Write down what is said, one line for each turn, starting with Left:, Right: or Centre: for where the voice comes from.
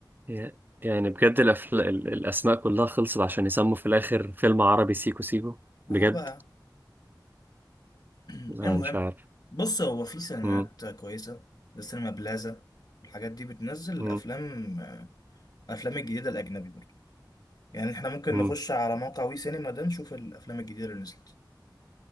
Right: ي- يعني بجد الأفل... ال- الأسماء كلها خلصت عشان يسموا في الآخر فيلم عربي سيكو سيكو
Left: اهو
Right: بجد
Left: بقى <clears throat>
Right: أنا
Left: المهم
Right: مش عارف
Left: بص هو في سينمات
Right: مم.
Left: كويسه زي سينما بلازا الحاجات دي بتنزل
Right: مم.
Left: افلام آه، افلام الجديده الاجنبي برضه يعني احنا ممكن
Right: مم.
Left: نخش على موقع وي سينما ده نشوف الافلام الجديده اللي نزلت